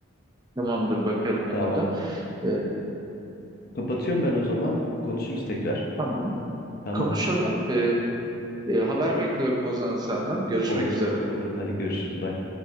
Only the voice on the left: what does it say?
Tamam.
Kapatıyorum ben o zaman. Konuşuruz tekrar.
Tamam.
Olur.
Olur. Hadi görüşürüz. Bye.